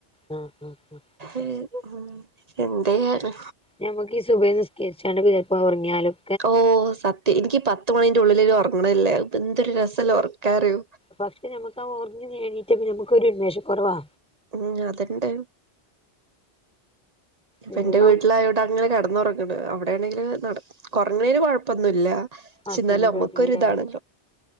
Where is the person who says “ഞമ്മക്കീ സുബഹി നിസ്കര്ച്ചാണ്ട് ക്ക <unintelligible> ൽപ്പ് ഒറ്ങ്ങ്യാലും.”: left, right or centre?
Centre